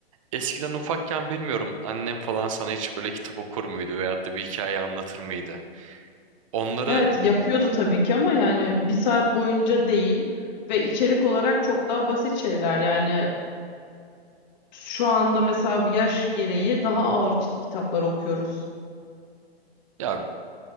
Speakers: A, on the right; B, on the left.
A: Eskiden ufakken bilmiyorum annem falan sana hiç böyle kitap okur muydu veyahut da bir hikaye anlatır mıydı? Onları
B: Evet, yapıyordu tabii ki ama yani bir saat boyunca değil ve içerik olarak çok daha basit şeyler. Yani şu anda mesela yaş gereği daha ağır kit- kitaplar okuyoruz.
A: ya